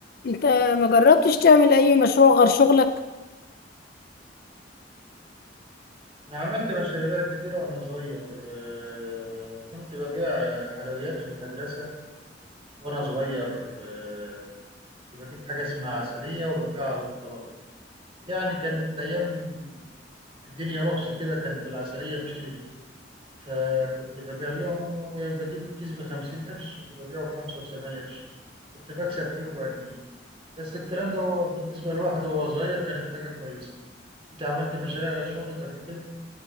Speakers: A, on the left (about 55°); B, on the right (about 30°).
A: انت ما جربتش تعمل اي مشروع غير شغلك
B: أنا عملت مشاريع كتيرة وأنا صغير آه، كنت ببيع آه، حلويات في المدرسة وأنا صغير آه، كنت بجيب حاجة اسمها عسلية وببيعها للطلبة يعني كانت أيام الدنيا رخص كده كانت العسلية بشيلين فكنت ببيع لهم وبجيب الكيس بخمسين قرش وببيعه بخمسة وسبعين قرش كنت بكسب فيه ربع جنيه بس الكلام ده هو بالنسبة لواحد وهو صغير كانت حاجة كويسة أنت عملت مشاريع غير شغلك قبل كده؟